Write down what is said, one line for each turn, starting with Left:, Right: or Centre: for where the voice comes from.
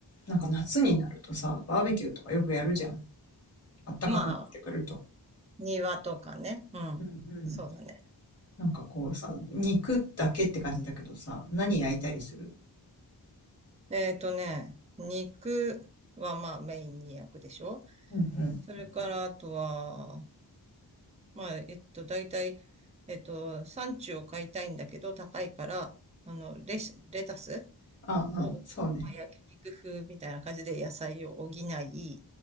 Left: なんか夏になるとさ、バーベキューとかよくやるじゃん。あったかくなってくると。
Right: まあ、庭とかね。うん。
Left: うんうん。
Right: そうだね。
Left: なんかこうさ、肉だけって感じだけどさ、何焼いたりする
Right: うんえっとね、肉はまあメインに焼くでしょ
Left: うんうん。
Right: それからあとは、まあ、えっと、大体、えっと、産地を買いたいんだけど高いから、あの、レシ、レタス
Left: ああ、
Right: を、ま
Left: そうね。
Right: あ、焼肉風みたいな感じで野菜を補い、